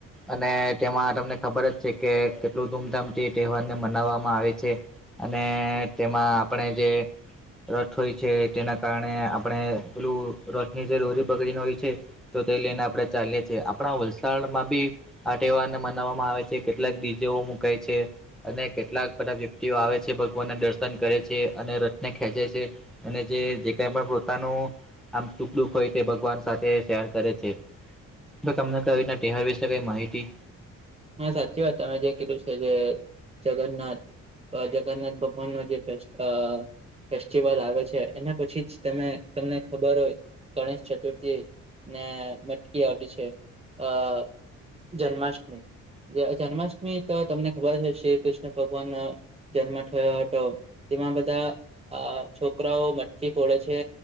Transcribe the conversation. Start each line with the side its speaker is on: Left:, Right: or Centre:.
Centre: અને તેમાં તમને ખબર જ છે કે કેટલું ધૂમધામથી તહેવારને મનાવવામાં આવે છે અને તેમાં આપણે જે રથ હોય છે તેના કારણે આપણે પેલું રથ ની જે લોરી પકડીને હોય છે તો તે લઈને આપડણે ચાલીએ છીએ આપણા વલસાડમાં બી આ તહેવારને મનાવવામાં આવે છે કેટલાક બીજાઓ મુકાય છે અને કેટલાક બધા વ્યક્તિઓ આવે છે ભગવાનને દર્શન કરે છે અને રથને ખેંચે છે. અને જે જે કઈ પણ પોતાનું આમ સુખ દુખ હોય તે ભગવાન સાથે શેર કરે છે. તે તમને કઈ રીતના તહેવાર વિશે કઈ માહિતી
Right: હા સાચી વાત તમે જે કીધું છે જે જગન્નાથ જગન્નાથ ભગવાન નો જે રસ્તા ફેસ્ટિવલ આવે છે એના પછી જ તમે તમને ખબર હોય ગણેશ ચતુર્થી ને મટકી આવે છે આ જન્માષ્ટમી જન્માષ્ટમી તો તમને ખબર જ છે શ્રી કૃષ્ણ ભગવાન જન્મ થયો હતો તેમાં બધા આ છોકરાઓ મઠ્ઠથી ફોડે છે